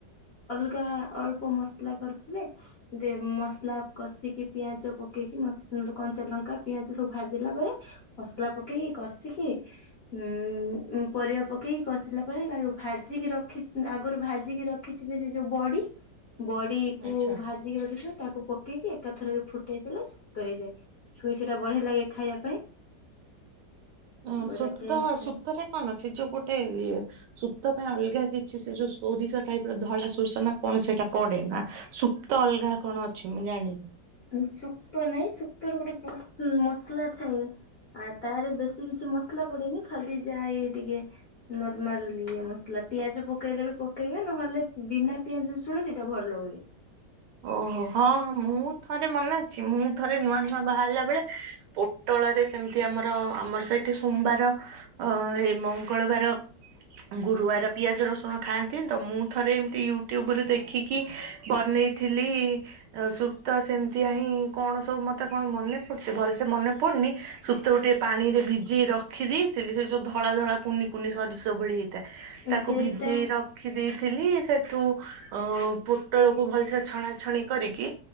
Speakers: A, on the left (about 60°); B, on the right (about 75°).
A: ଅଲଗା ଅଳ୍ପ ମସଲା କରିଥିବେ ମସଲା କଷିକି ପିଆଜ ପକେଇକି କଞ୍ଚାଲଙ୍କା ପିଆଜ ସବୁ ଭାଜିଲା ପରେ ପସଲା ପକେଇକି କଷିକି ଉ ପରିବା ପକେଇକି କଷିଲା ଭାଜିକି ରଖି ଆଗରୁ ଭାଜିକି ରଖିଥିବେ ସେ ଯୋଉ ବଡି ବଡି କୁ
B: ଆଚ୍ଛା।
A: ଭାଜିକି ରଖିଥିଲେ ତାକୁ ପକେଇକି ଏକାଥର ଫୁଟେଇ ଦେଲେ ସୁକ୍ତ ହେଇଯାଏ ଛୁଇ ସେଇଟା ବଢ଼ିଆ ଲାଗେ ଖାଇବା ପାଇଁ
B: ହ
A: ବଢିଆ
B: ସୁପ୍ତ
A: ଟେଷ୍ଟ ଥାଏ।
B: ସୁପତ ରେ କଣ ସେ ଯୋଉ ଗୋଟେ ଇଏ ସୁପ୍ତ ପାଇଁ ଅଲଗା କିଛି ସେ ଯୋଉ ସୋରିଷ ଟାଇପ ର ଧଳା ସୋରିଷ ନା କଣ ସେଇଟା ପଡେ ନା ସୁପ୍ତ ଅଲଗା କଣ ଅଛି ମୁଁ ଜାଣିନି।
A: ସୁକ୍ତ ନାଇଁ ସୁକ୍ତ ର ଗୋଟେ ମସଲା ଥାଏ ଆଉ ତାହାରେ ବେଶୀ କିଛି ମସଲା ପଡେନି ଖାଲି ଯାହା ଇଏ ଟିକେ ନର୍ମଲ ମସଲା ପିଆଜ ପକେଇଲେ ବି ପକେଇବେ ନହେଲେ ବିନା ପିଆଜ ଶୁଣୁ ସେଇଟା ଭଲ ହୁଏ
B: ଓହୋ ହଁ ହଁ ମୁଁ ଥରେ ମନାେ ଅଛି ମୁଁ ଥରେ ନୂଆ ନୂଆ ବାହାରିଲା ବେଳେ ପୋଟଳରେ ସେମିତି ଆମର ଆମର ସେଇଠି ସୋମବାର ଅ ଏଇ ମଙ୍ଗଳବାର ଗୁରୁବାର ପିଆଜ ରସୁଣ ଖାଆନ୍ତି ତ ମୁଁ ଥରେ ଏମତି ୟୁଟ୍ୟୁବ ରେ ଦେଖିକି ବନେଇ ଥିଲି ସୁପ୍ତା ସେମିତିଆ ହିଁ କଣ ସବୁ ମତେ କଣ ମନେ ପଡୁଛି ଭଲସେ ମନେ ପଡୁନି ଶୁପ୍ତ କୁ ଟିକେ ପାଣି ରେ ଭିଜେଇ ରଖି ଦେଇେଇଥିଲି ସେ ଯୋଉ ଧଳା ଧଳା କୁନି କୁନି ସୋରିଷ ଭଳି ହେଇଥାଏ ତାକୁ
A: ସେଇଟା
B: ଭିଜେଇ ରଖି ଦେଇେଇଥିଲି ସେଠୁ ଅ ପୋଟଳକୁ ଭଲସେ ଛଣାଛଣି କରିକି